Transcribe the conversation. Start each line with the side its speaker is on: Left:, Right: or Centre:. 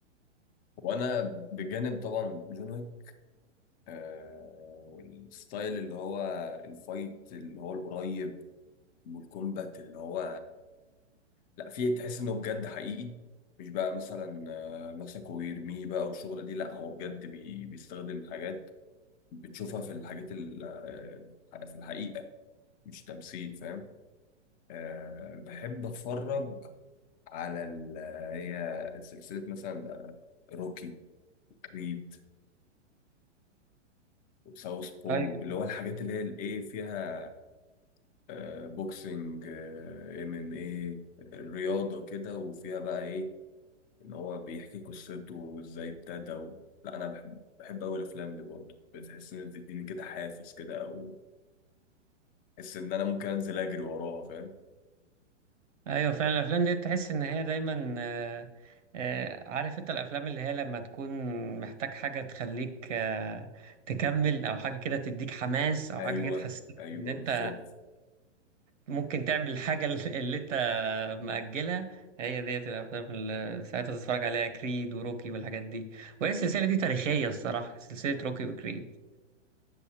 Left: وانا بجانب طبعا جون ويك آه والستايل اللي هو الفايت اللي هو القريب والكومبات اللي هو لا فيه تحس انه بجد حقيقي مش بقى مثلا آه، مسكه ويرميه بقى والشغل دي لا هو بجد بي بيستخدم حاجات بتشوفها في الحاجات ال- آه، في الحقيقة مش تمثيل فاهم أه بحب اتفرج على ال- هي سلسلة مثلا آه، روكي كريد وساوث بو
Right: أيوة
Left: اللي هو الحاجات اللي هي الايه فيها آه، بوكسنج ام ام ايه رياضة كده وفيها بقى ايه ان هو بيحكي قصته وازاي ابتدى و... لا انا بحب بحب اوي الافلام دي برضه بتحس ان بتديني كده حافز كده او بحس ان انا ممكن انزل اجري وراها فاهم
Right: أيوة فعلا الأفلام دي تحس إن هي دايما آه، آه، عارف أنت الأفلام اللي هي لما تكون محتاج حاجة تخليك آه، تكمل أو حاجة كده تديك حماس أو
Left: ايوه
Right: حاجة كده تحسسك
Left: ايوه
Right: إن أنت
Left: بالظبط
Right: ممكن تعمل الحاجة اللي طب مأجلها هي ديت الأفلام اللي ساعتها تتفرج عليها كريد وروكي والحاجات دي وهي السلسلة دي تاريخية الصراحة سلسلة روكي وكريد